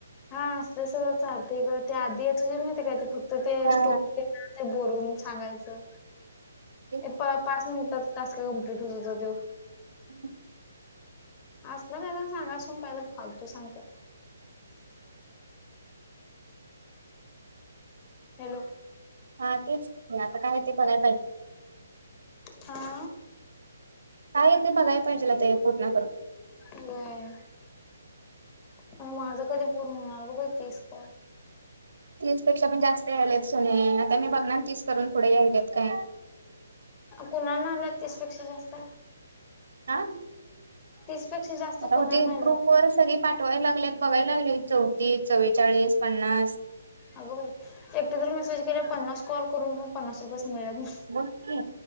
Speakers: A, on the left; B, on the right.
A: हा अस सगळं चालत ग ते आधी नमाहीतेकाय ते फक्त ते
B: हा.
A: स्टो बोलून सांगायचं
B: तेच
A: अप पाच मिनटात. टास्क कमप्लीट तुझा त्यो.
B: ह.
A: आसल काय तर सांगा असुन काय तर फालतू सांगतात. हॅलो.
B: हा तेच नाही आता काय ते बघाया पाहिजे.
A: हा.
B: काय येत बघाया पाहिजेल हे पूर्ण करून.
A: होय. मण माझं कधी पूर्ण हो ग बाई तीस पण.
B: तीस पेक्षा पण जास्त यायलेत सुने आता मी बघणार तीस करून पुडे यायलेत काय.
A: कुणा नाही आला तीसपेक्षा जास्त.
B: आ.
A: तीस.. पेक्षा जास्त
B: आता
A: कुणाला
B: होते
A: आला
B: ग्रुप वर सगळे पाठवायला लागले बघायला लागले.. चौतीस, चौरेचाळीस, पन्नास.
A: अगं बाई एकटे तर मेसेज केला पन्नास कॉल करून पण पन्नास रुपयेच....
B: बघ की